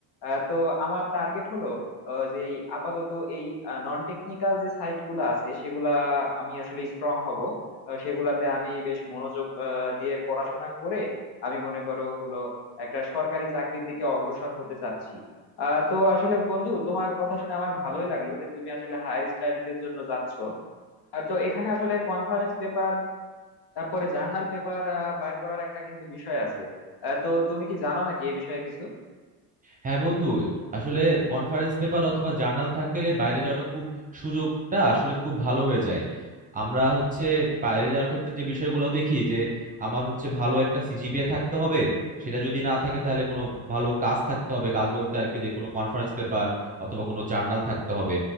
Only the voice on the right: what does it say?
হ্যাঁ বন্ধু আসলে কনফারেন্স পেপার অথবা জার্নাল থাকলে বাইরে যাওয়াটা খুব সুযোগটা আসলে খুব ভালো হয়ে যায় আমরা হচ্ছে বাইরে যাওয়ার ক্ষেত্রে যে বিষয়গুলো দেখি যে আমার হচ্ছে ভালো একটা সিজিপিএ থাকতে হবে সেটা যদি না থাকে তাহলে কোনো ভালো কাজ থাকতে হবে কাজ বলতে আর কি যে কোনো কনফারেন্স পেপার অথবা কোনো জার্নাল থাকতে হবে